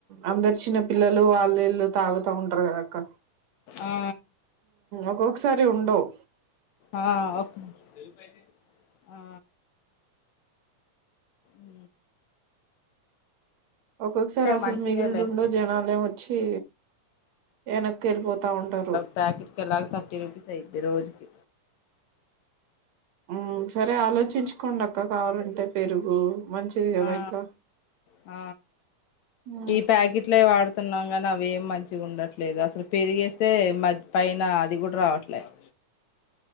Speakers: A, on the right (about 65°); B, on the left (about 70°).
A: అందరూ చిన్న పిల్లలు వాళ్ళు వీళ్ళు తాగుతా ఉంటారు కదక్క
B: ఆ
A: ఒక్కొక్కసారి ఉండవు
B: ఆ తే ఆ ఉ
A: ఒక్కొక్కసారి అసలు
B: మంచిదేలే
A: మిగిలిందు ఉండవు జనాలే వచ్చి ఎన్నకేళ్ళిపోతా ఉంటారు
B: ప్యాకెట్ కి ఎలాగో థర్టీ రూపీస్ అయిద్ధి రోజుకి
A: ఉమ్ సరే ఆలోచించుకొండక్క కావాలంటే పెరుగు మంచిది కదా
B: ఆ
A: ఇట్లా
B: ఆ
A: ఉ
B: ఈ ప్యాకెట్లే వాడుతున్నాం కానీ అవి ఏం మంచిగా ఉండట్లేదు అసలు పెరిగేస్తే మ పైన అది కూడా రావట్లేదు